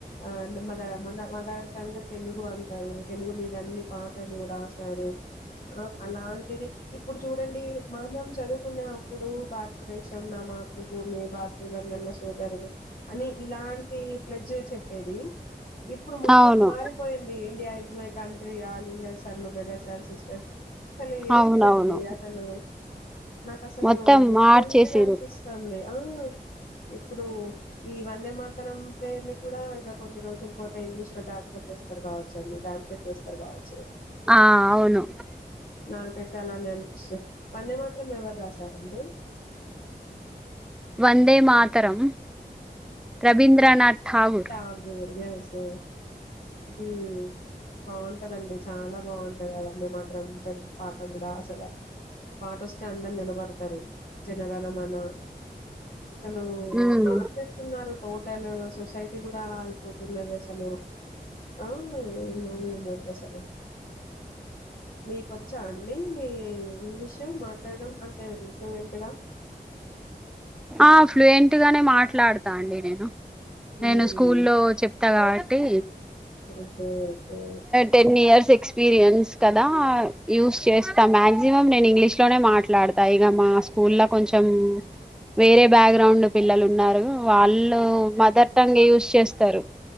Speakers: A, on the left; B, in the centre.
A: ఆ మన మన మదర్ టంగ్ తెలుగు అంటారు తెలుగు మీద అన్ని పాటలు రాశారు అలాంటిది ఇప్పుడు చూడండి మనం చదువు న్నప్పుడు భారతదేశం నా మాతృభూమి భారతీయులందరు నా సోదరులు అని ఇలాంటి ఫ్లెడ్జ్ చెప్పేది ఇప్పుడు మొత్తం
B: అవును
A: మారిపోయింది India is my country all India Sharma brothers and sister అసలు ఏంటిదండి
B: అవునవును
A: అసలు నాకు అసలు
B: మొత్తం
A: డిఫరెంట్గా
B: మార్చేసిరు
A: అనిపిస్తుంది ఆ ఇప్పుడు ఈ వందే మాత్ర నం ప్రేణ కూడా ఇక కొన్ని రోజుల పోతే ఇంగ్లీష్ లో ట్రాన్స్లేట్ చేస్తారు కావచ్చండి ట్రాన్స్లేట్ స్తారు కావచ్చు
B: ఆ అవును
A: నా పెట్టాలా అని అనిపిస్తు పన్నే మాత్రం ఎవరు రాశారండి
B: వందే మాతరం రవీంద్రనాథ్ ఠాగూర్
A: సగు ఎస్ ఎస్ ఇది బాగుంటదండి చాలా బాగుంటది అవన్నీ మాత్రం తె పాట కూడా అసలు పాట వస్తే అందరు నిలబడతారు చిన్నగాన మన అసలు
B: మ్మ్
A: మార్చేస్తున్నారు టోటల్ సొసై లా యిపోతున్న ఆసలు ఆ ఏమోడి అసలు మీకొచ్చా అండి ఇంగ్లీషు మాట్లాడం అంటే ఫ్లూయెంట్ గా
B: ఆ ఫ్లయెం ట్టుగానే మాట్లాడతా అండి నేను
A: ఉమ్
B: నేను స్కూ లో చెప్తా కాబట్టి
A: okay okay
B: ten years experience కదా యూస్ చేస్తా మాక్సిమం నేను ఇంగ్లీష్ లోనే మాట్లాడతా ఇక మా స్కూల్ లో కొంచెం వేరే బ్యాక్ గ్రౌండ్ పిల్లలు ఉన్నారు వాళ్ళు మదర్ టంగ్ యూజ చేస్తారు